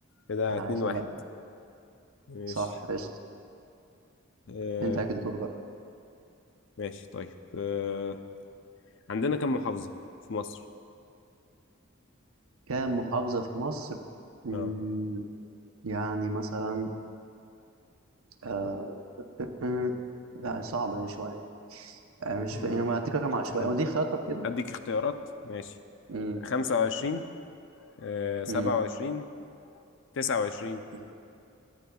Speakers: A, on the left; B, on the right.
A: كده
B: عاش
A: اتنين واحد
B: الله ينور
A: ماشي
B: صح قشطة
A: آه
B: أنت عليك الدور بقى
A: ماشي طيب آه عندنا كم محافظة في مصر؟
B: كام محافظة في مصر؟ مم،
A: اه
B: يعني مثلا آه... آه، آه، لا صعبة دي شوية آه، مش
A: مم.
B: فا... يعني ما هديك رقم عشوائي
A: أد-
B: ودي اختيارات طب كده؟
A: أديك اختيارات ماشي
B: مم،
A: خمسة وعشرين آه سبعة
B: مم،
A: وعشرين تسعة وعشرين
B: مم.